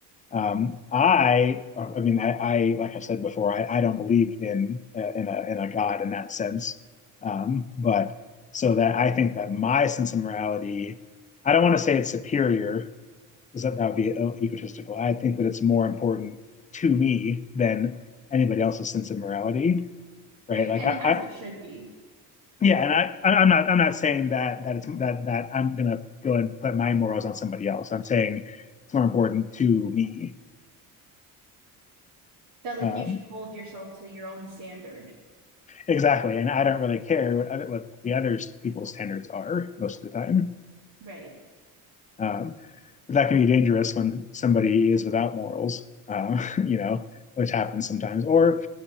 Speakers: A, on the left; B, on the right.
A: Um, I, I mean, I, I, like I said before, I, I don't believe in uh, in a in a God in that sense. Um, but so that I think that my sense of morality, I don't want to say it's superior because that, that would be e-, egotistical. I think that it's more important to me than anybody else's sense of morality, right?
B: Right.
A: Like
B: And
A: I,
B: as
A: I
B: it should be,
A: yeah, and I, I- am not, I'm not saying that that it's that that I'm gonna go and put my morals on somebody else. I'm saying it's more important to me.
B: that like
A: Um,
B: you should hold yourself to your own standard.
A: Exactly. And I don't really care what, other, what the other people's standards are most of the time.
B: Right.
A: Um, but that can be dangerous when somebody is without morals, uh, <laughs> you know, which happens sometimes. Or,